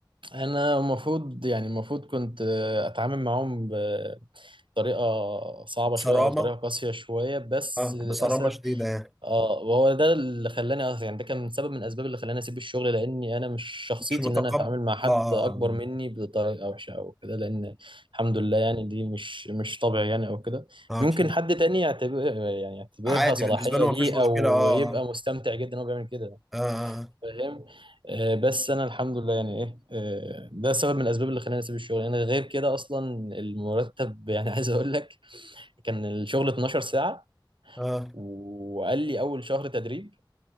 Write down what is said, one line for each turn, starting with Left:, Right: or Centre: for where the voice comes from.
Right: انا المفروض يعني المفروض كنت آه، اتعامل معاهم طريقة صعبة
Centre: بصرامة
Right: شوية أو طريقة قاسية شوية بس
Centre: اه
Right: للأسف
Centre: بصرامة شديدة يعني
Right: اه وهو ده اللي خلاني أصلاً- يعني ده كان سبب من الأسباب اللي خلاني أسيب الشغل لأني أنا مش شخصيتي
Centre: مش متقبل
Right: إن أنا أتعامل مع حد
Centre: اه
Right: أكبر
Centre: اه
Right: مني بطريقة وحشة أو كده لأن الحمد لله يعني دي مش مش طبعي يعني أو كده
Centre: اه اه،
Right: ممكن
Centre: اكيد
Right: حد تاني يعتبر يعني يعتبرها
Centre: عادي
Right: صلاحية
Centre: بالنسبة له
Right: ليه
Centre: مفيش مشكلة
Right: أو
Centre: اه
Right: يبقى مستمتع جدا وهو بيعمل كده
Centre: اه اه
Right: فاهم آه، بس أنا الحمد لله يعني إيه آه، ده سبب من الأسباب اللي خلاني أسيب الشغل أنا غير كده أصلا المرتب يعني <laughs> عايز أقول لك كان الشغل 12 ساعة
Centre: آه.
Right: وقال لي أول شهر تدريب